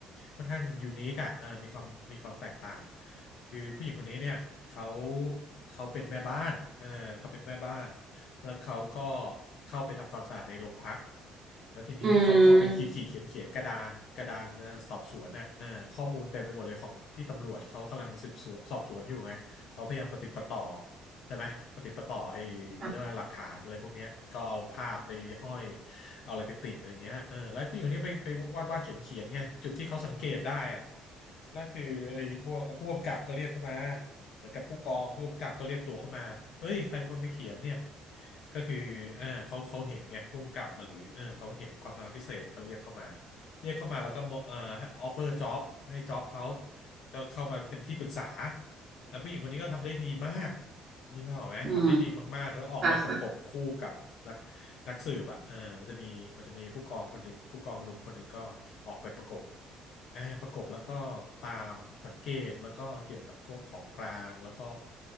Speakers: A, on the left; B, on the right.
A: ค่อนข้างยูนิคอะเออมีความมีความแตกต่างคือผู้หญิงคนนี้เนี่ยเขาเขาเป็นแม่บ้านเออเขาเป็นแม่บ้านแล้วเขาก็เข้าไปทำความสะอาดในโรงพักแล้วทีนี้เขาก็ไปขีดขีดเขียนเขียนกระดานกระดานเอ่อสอบสวนน่ะเอ่อข้อมูลเต็มไปหมดเลยของที่ตำรวจเขากำลังสืบสวนสอบสวนอยู่ไง
B: อืม
A: เขาพยายามประติดประต่อใช่ไหมประติดประต่อไอ้เขาเรียกว่าหลักฐานอะไรพวกเนี้ยก็เอาภาพไปห้อย
B: ค่ะ
A: เอาอะไรไปติดอย่างเงี้ยเออแล้วผู้หญิงคนนี้ไปไปวาดวาดเขียนเขียนไงจุดที่เขาสังเกตได้อะนั่นคือไอ้พวกผู้กำกับก็เรียกเข้ามาเหมือนกับผู้กองผู้กำกับก็เรียกตัวเข้ามาเฮ้ยใครเป็นคนไปเขียนเนี่ยก็คือเออเขาเขาเห็นไงผู้กำกับหรือเออเขาเห็นความสามารถพิเศษก็เรียกเข้ามาเรียกเข้ามาแล้วก็มอเอ่อออฟเฟอร์จ็อบให้จ็อบเขาก็เข้ามาเป็นที่ปรึกษา แล้วผู้หญิงคนนี้ก็ทำได้ดีมากนึกภาพออกไหมทำได้ดีมากๆแล้วออกไปประกบคู่กับนัก
B: อืมค่ะค่ะ
A: นักสืบอ่ะเออมันจะมีมันจะมีผู้กองคนหนึ่งผู้กองหนุ่มคนหนึ่งก็ออกไปประกบอ่าประกบแล้วก็ตามสังเกตแล้วก็เกี่ยวกับพวกของกลางแล้วก็